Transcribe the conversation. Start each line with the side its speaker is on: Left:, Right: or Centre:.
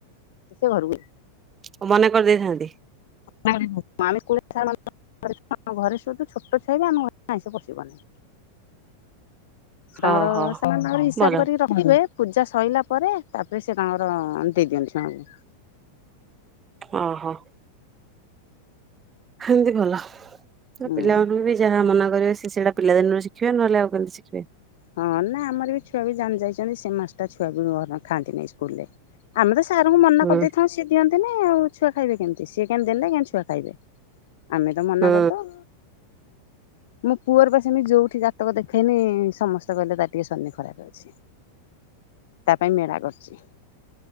Left: ଯେ ସେ ଘରୁକୁ
Right: ଓ ମନା କରିଦେଇଥାନ୍ତି।
Left: <inaudible> <inaudible> ଘରେ ସୁଦୁ ଛୋଟ ଛୁଆ ବି ଆମ ଘରେ ଆ-ଇଁଷ ପଶିବନି। ସେ
Right: ହଉ
Left: ତାଙ୍କର
Right: ହଉ
Left: ସେମାନେ ତାଙ୍କର ହିସାବ
Right: ଭଲ
Left: କରିକି ରଖ୍ ରଖିଥିବେ ପୂଜା ସଇଲା ପରେ ତାପରେ ସେ ତାଙ୍କର ଦେଇଦିଅନ୍ତି ସେମାନଙ୍କୁ।
Right: ଅଁ ହଁ। ହେମତି ଭ ତ
Left: ହୁଁ।
Right: ପିଲାମାନଙ୍କୁ ବି ଯାହା ମନା କରିବ ସେ ସେଇଟା ପିଲାଦିନରୁ ଶିଖିବେ ନହେଲେ ଆଉ କେମିତି ଶିଖ୍ <unintelligible>
Left: ହଁ ନା ଆମର ବି ଛୁଆ ବି ଜାଣି ଯାଇଚନ୍ତି ସେ ମାସ୍ ଟା ଛୁଆବି <inaudible> ଖାନ୍ତିନି ଇସ୍କୁଲ୍ ରେ। ଆମେ ତ ସାରଙ୍କୁ ମନା
Right: ହୁଁ
Left: କରିଦେଇଥାଉ ସିଏ ଦିଅନ୍ତିନି ଆଉ ଛୁଆ ଖାଇବେ କେମତି। ସିଏ କିଆଁ ଦେମେ କିଆଁ ଛୁଆ ଖାଇବେ। ଆମେ ତ ମନା
Right: ହୁଁ
Left: କରିଦଉ। ମୋ ପୁଅର ପା ସେମିତି ଯୋଉଠି ଜାତକ ଦେଖେଇନି ସମସ୍ତେ କହିଲେ ତାର ଟିକେ ଶନି ଖରାପ ଅଛି। ତା ପାଇଁ ମେଳା କରିଚି